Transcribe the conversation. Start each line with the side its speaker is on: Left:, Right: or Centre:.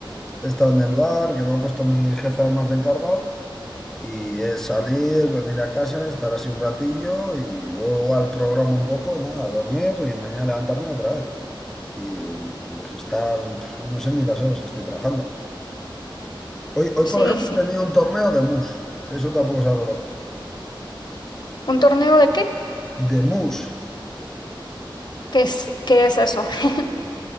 Centre: he estado en el bar, que me ha puesto mi jefe además de encargado, y es salir, venir a casa, estar así un ratillo y luego igual programa un poco, y nada, dormir y mañana levantarme otra vez. Y pues estar, pf, no sé ni las horas que estoy trabajando. Hoy, hoy,
Left: Sí,
Centre: por ejemplo,
Left: sí.
Centre: he tenido un torneo de mus, que eso tampoco sabré lo que es.
Left: ¿Un torneo de qué?
Centre: De mus,
Left: ¿Qué es, qué es eso? <laughs>